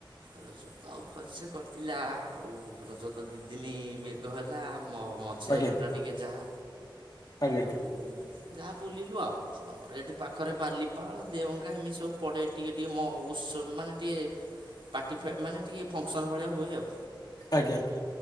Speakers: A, on the right (about 70°); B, on the left (about 50°).
A: ରଜ ତ ଭଲସେ କଟିଲା ଆଉ ରଜ ତ ଦିଇଦିନି ମେଘ ହେଲା ମ ମ। ମଝିରଜଟା
B: ଆଜ୍ଞା
A: ଟିକେ ଯାହା
B: ଆଜ୍ଞା
A: ଆଉ। ଯାହା ବୁଲିଲୁ ଆଉ ଆମର ଏଠି ପାଖରେ ବାଲିପାଳ ଦେଓଙ୍ଗା ଏମି ସବୁ ପଡେ। ଟିକେ ଟିକେ ମଉତ୍ସବ ମାନେ ଟିକିେ ପାର୍ଟି ମାନେ ଟିକେ ଫଙ୍କସନ୍ ଭଳିଆ ହୁଏ ଆଉ।
B: ଆଜ୍ଞା।